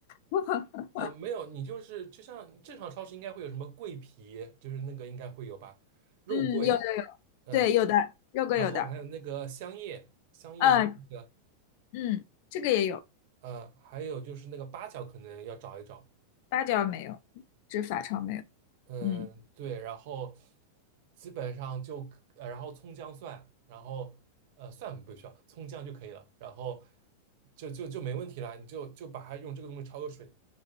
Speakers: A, on the left; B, on the right.
A: <laughs>
B: 呃，没有，你就是就像正常超市应该会有什么桂皮，就是那个应该会有吧，肉桂，
A: 嗯，有的
B: 嗯，
A: 对有的肉桂有的，
B: 然后还有那个香叶，香叶就是那个，
A: 嗯嗯，这个也有，
B: 呃，还有就是那个八角可能要找一找。
A: 八角没有，这法超没有。
B: 嗯，
A: 嗯，
B: 对，然后基本上就可呃，然后葱姜蒜，然后呃，蒜不需要，葱姜就可以了，然后就就就没问题了，你就就把它用这个东西焯个水，